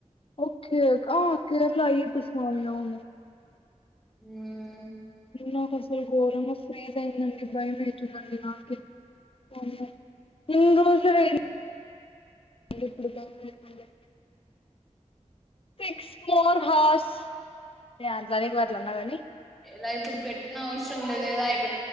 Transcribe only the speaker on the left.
ఒకే ఆ కేరలా అయ్యప్ప స్వామి అవును
నాకసలు గోరంగోస్తున్నయి దండి భయం అయితుందండి నాకె వామ్మో అదే ఇప్పుడు భయమైతుంది. సిక్స్ మోర్ హార్స్ యా <unintelligible> ఉన్న గని